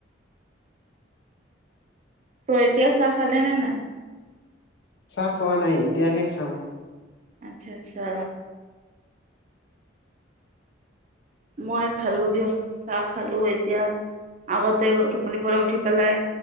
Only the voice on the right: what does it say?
তই এতিয়া চাহ খালে নে নাই?
আচ্ছা, আচ্ছা। মই খালো দিওঁ চাহ খালো এতিয়া। আগতে টোপনিৰ পৰা উঠি পেলাই